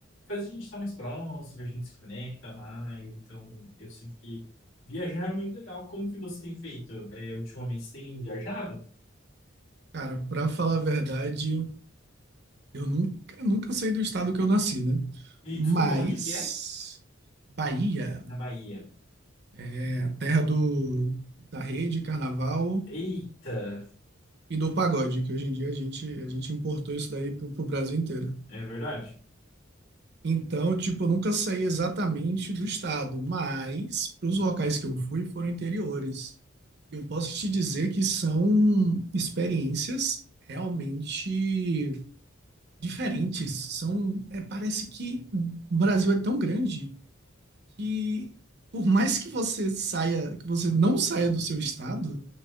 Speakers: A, on the left (about 85°); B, on the right (about 55°).
A: faz a gente estar mais próximo, a gente se conecta mais. Então, eu sinto que viajar é muito legal. Como que você tem feito? É, ultimamente, você tem viajado?
B: Cara, pra falar a verdade, eu nunca, nunca saí do estado que eu nasci, né?
A: E
B: Mas
A: desculpa, onde que é?
B: Bahia
A: Na Bahia.
B: é a terra do, da rede, carnaval
A: Eita,
B: e do pagode, que hoje em dia a gente, a gente importou isso daí pro, pro Brasil inteiro.
A: é verdade?
B: Então, tipo, eu nunca saí exatamente do estado, mas para os locais que eu fui foram interiores. Eu posso te dizer que são experiências realmente diferentes. São, é, parece que o Brasil é tão grande que por mais que você saia, que você não saia do seu estado,